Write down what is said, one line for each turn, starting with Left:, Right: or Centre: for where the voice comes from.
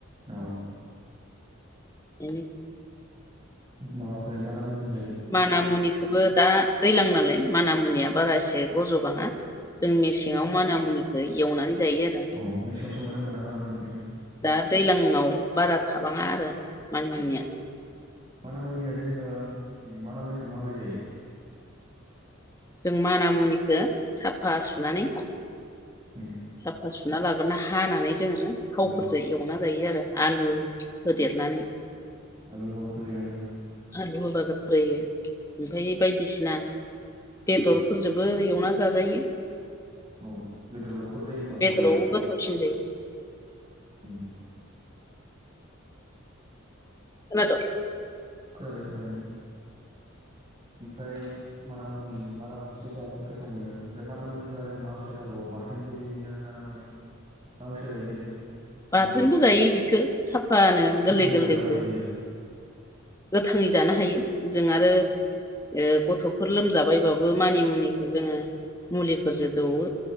Right: औ
Left: बेनि
Right: माबाखौ माना मुनिखो
Left: माना मुनिखौबो दा दैलां नालाय माना मुनिया बारा एसे रज'बाङा। जों मेसेङाव माना मुनिखौ एवनानै जायो आरो।
Right: औ मेसेङावसो मोनो होमबा ना मानामुनिखौ
Left: दा दैज्लांयाव बारा थाबाङा आरो मानि मुनिया।
Right: मानामुनिया जेनेबा मानामुनिखौ माबोरै जायो?
Left: जों माना मुनिखौ साफा सुनानै
Right: उम
Left: साफा सुना लाग्रोना हानानै जोङो थावफोरजों
Right: औ
Left: एवना जायो आरो आलु होदेरनानै।
Right: आलु होबा गोथाव जायो आरोना?
Left: आलु होबा गोथाव जायो ओमफ्राय बायदिसिना
Right: उम
Left: बेदरफोरजोंबो एवना जाजायो।
Right: औ बेदरावबो खदजायो होमबा
Left: बेदराव
Right: बरिया।
Left: गोथावसिन जायो।
Right: उम
Left: खोनादो?
Right: खोनादों खोनादों। ओमफ्राय मानामुनि मानामुनिसो जाबाय गोथावैनो ओमफ्राय मानामुनिखौ आरो मा बायसा जाबावो बाथोनबो जायोना ना मायो मा बायसा जायो जेनेबा? आरोबाव
Left: बाथोनबो जायो बेखौ साफानो
Right: गोथाङै
Left: गोरलै गोरलैखो।
Right: जानो हायो ना हाया
Left: गोथाङै जानो हायो जों आरो ओ गथ'फोर लोमजाबायबाबो मानि मुनिखौ जोङो मुलिफोरजों दौवो।